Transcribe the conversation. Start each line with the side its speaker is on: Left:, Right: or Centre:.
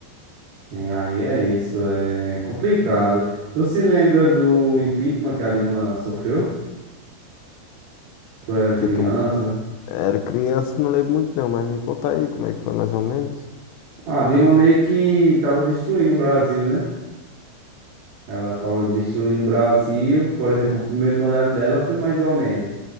Right: E aí é isso, é complicado. Tu se lembra do impeachment que a Dilma sofreu? Tu era criança.
Left: Que tu era criança, não lembro muito não, mas me conta aí como é que foi mais ou menos.
Right: A Dilma meio que tava destruindo o Brasil, né? Ela tava destruindo o Brasil. Por exemplo, o primeiro mandato dela foi mais ou menos.